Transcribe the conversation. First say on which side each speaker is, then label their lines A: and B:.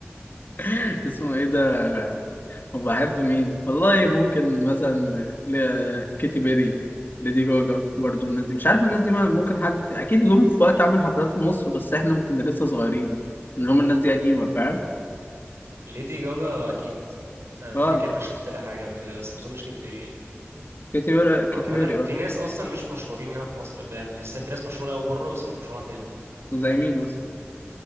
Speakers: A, on the left (about 50°); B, on the right (about 80°).
A: <laughs> اسمه ايه ده وبحب مين والله ممكن مثلا ل... كيتي بيري ليدي جوجا برضو الناس دي مش عارف الناس دي ممكن حد اكيد جم في وقت عمل حفلات في مصر بس احنا كنا لسه صغيرين ان هم الناس دي قديمه فاهم
B: ليدي جاجا اكيد انا
A: اه
B: فاكر انا شفت لها حاجه قبل كده بس ما اظنش كتير يعني
A: كيتي بيري كيتي
B: عامه
A: بيري اه
B: في ناس اصلا مش مشهورين هنا في مصر يعني بحس ان في ناس مشهوره قوي بره بس مش مشهوره عندنا
A: زي مين مثلا